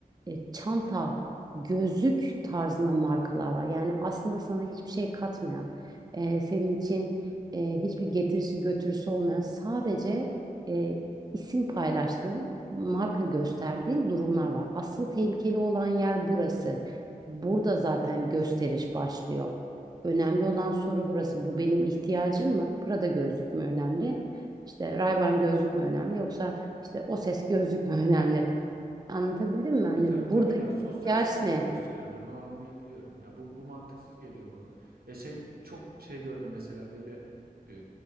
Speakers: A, on the right; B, on the right.
A: e, çanta, gözlük tarzında markalar var. Yani aslında sana hiçbir şey katmayan, e, senin için e, hiçbir getirisi götürüsü olmayan sadece e, isim paylaştığın, marka gösterdiğin durumlar var. Asıl tehlikeli olan yer burası. Burada zaten gösteriş başlıyor. Önemli olan soru burası. Bu benim ihtiyacım mı? Prada gözlük mü önemli? İşte Ray-Ban gözlük mü önemli? Yoksa işte o ses gözlük mü önemli? Anlatabildim mi? Hani
B: E tabii tabii.
A: buradaki
B: Ya sosyal
A: ihtiyaç
B: statü
A: ne?
B: gösteriyor. Ben onu anlayabiliyorum. Ya bu, bu mantıksız geliyor bana. Ya şey çok şey gördüm mesela böyle e,